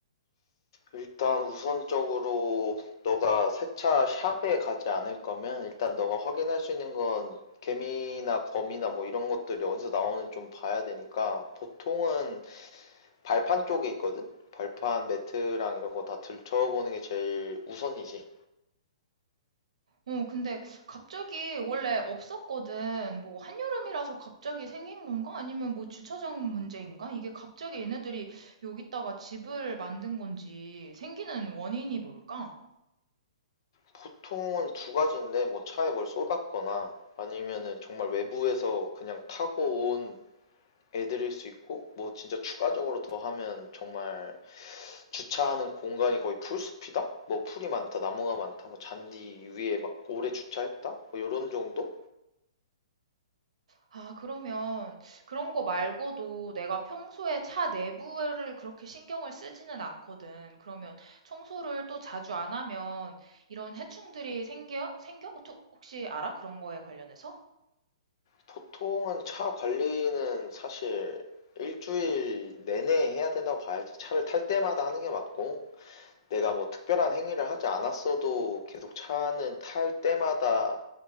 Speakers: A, on the left; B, on the right.
A: 일단 우선적으로 너가 세차 샵에 가지 않을 거면 일단 너가 확인할 수 있는 건 개미나 거미나 뭐 이런 것들이 어디서 나오는지 좀 봐야 되니까 보통은 발판 쪽에 있거든? 발판 매트랑 이런 거 다 들춰보는 게 제일 우선이지.
B: 어, 근데 갑자기 원래 없었거든. 뭐 한여름이라서 갑자기 생긴 건가? 아니면 뭐 주차장 문제인가? 이게 갑자기 얘네들이 여기다가 집을 만든 건지 생기는 원인이 뭘까?
A: 보통은 두 가지인데 뭐 차에 뭘 쏟았거나 아니면은 정말 외부에서 그냥 타고 온 애들일 수 있고 뭐 진짜 추가적으로 더 하면 정말 주차하는 공간이 거의 풀숲이다? 뭐 풀이 많다, 나무가 많다, 뭐 잔디 위에 막 오래 주차했다? 뭐 요런 정도?
B: 아, 그러면 그런 거 말고도 내가 평소에 차 내부를 그렇게 신경을 쓰지는 않거든. 그러면 청소를 또 자주 안 하면 이런 해충들이 생겨? 생겨? 어, 혹시 알아? 그런 거에 관련해서?
A: 보통은 차 관리는 사실 일주일 내내 해야 된다고 봐야지. 차를 탈 때마다 하는 게 맞고, 내가 뭐 특별한 행위를 하지 않았어도 계속 차는 탈 때마다